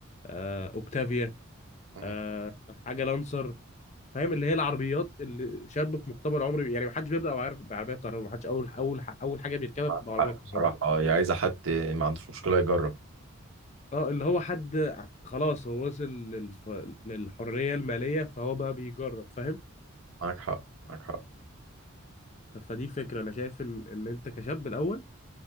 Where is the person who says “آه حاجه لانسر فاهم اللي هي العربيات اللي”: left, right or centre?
Left